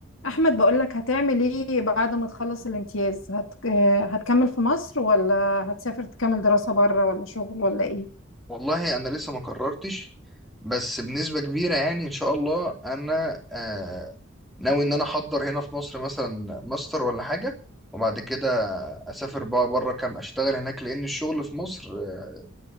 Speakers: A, on the left; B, in the centre.
A: احمد بقولك هتعمل ايه بعد ما تخلص الامتياز هت... آه، هتكمل في مصر ولا هتسافر تكمل دراسة بره ولا شغل ولا ايه
B: والله انا لسه ما قررتش بس بنسبة كبيرة يعني ان شاء الله انا آه، ناوي ان انا احضر هنا في مصر مثلا ماستر ولا حاجة وبعد كده اسافر بقى بره كام اشتغل هناك لان الشغل في مصر آه،